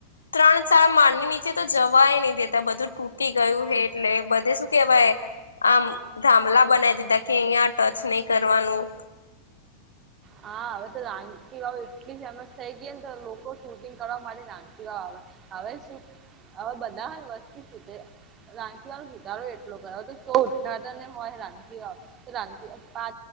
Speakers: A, on the left; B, on the right.
A: ત્રણ ચાર માન ની નીચે તો જવાય નહી દેતા બધું. તૂટી ગયું હે એટલે બધે શું કેવાય. આમ ધાામલા બનાવી દીધા કે નહી કરવાનું.
B: હા હવે તો લી વાાવ એટલી ફેમસ... થઈ ગયા ને તો લોકો શૂટિંગ કરવા માટે નાનકી આવે હવે શું. હવે બધા વસ્તુ છે તે... રાંખી વાળ સુધારો એટલો કર તો શ ઉદઘાદન હોય રાચી વાળ... રા પા